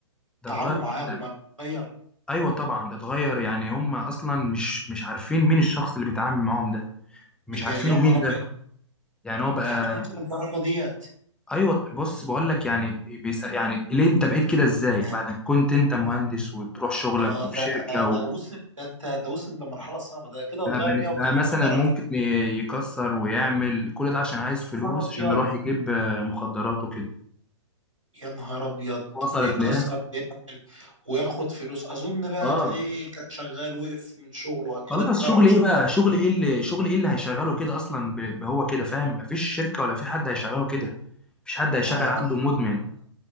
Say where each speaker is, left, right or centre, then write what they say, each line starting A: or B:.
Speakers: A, in the centre; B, on the right (about 90°).
A: ده
B: تعامله
A: اتغير
B: مع اهله
A: ده
B: ما اتغير
A: أيوه طبعا ده اتغير يعني هم أصلا مش مش عارفين مين الشخص اللي بيتعامل معاهم ده مش
B: بجد
A: عارفينه
B: يا نهار
A: مين
B: ابيض
A: ده يعني هو بقى
B: يعني وصل للدرجه ديت
A: ايوه بص بقول لك يعني بيسأل يعني ليه انت بقيت كده ازاي
B: ده-
A: بعد ما كنت انت مهندس وبتروح شغلك
B: اه
A: وفي
B: ده
A: شركه
B: ده وصل ده انت ده وصل لمرحله صعبه ده كده اتغير
A: بقى بني-
B: 180
A: بقى مثلا
B: درجه
A: ممكن ي- يكسر ويعمل كل ده عشان عايز فلوس
B: يا نهار ابيض
A: عشان يروح يجيب آه، مخدرات وكده
B: يا نهار ابيض
A: وصلت
B: ويكسر
A: ليه
B: ويعمل وياخد فلوس اظن بقى
A: اه
B: تلاقيه كان شغال وقف من شغله كده
A: خلاص
B: اتكرش
A: شغل ايه بقى شغل ايه اللي شغل ايه اللي هيشغله كده اصلا ب- بهو كده فاهم مفيش شركة ولا في حد هيشغله كده مفيش حد هيشغل
B: اه
A: عنده مدمن